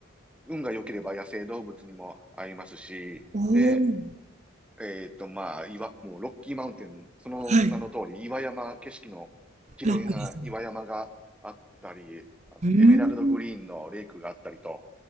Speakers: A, in the centre; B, on the right.
A: 運が良ければ野生動物にも会えますし、
B: おお、
A: で、えっと、まあ、岩、もうロッキーマウンテン、その名の通り、
B: はい。
A: 岩山、景色の綺麗な岩山があったり、
B: ロックですね。
A: あエメラルドグリーンのレイクがあったりと、
B: うん。うーん。